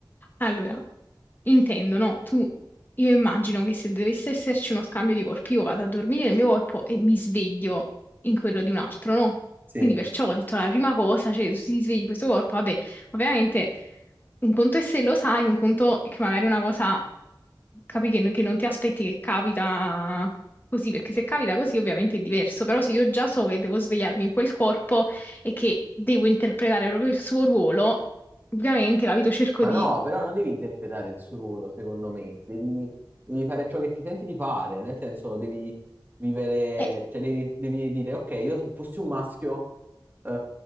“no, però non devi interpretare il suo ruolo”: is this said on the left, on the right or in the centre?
Right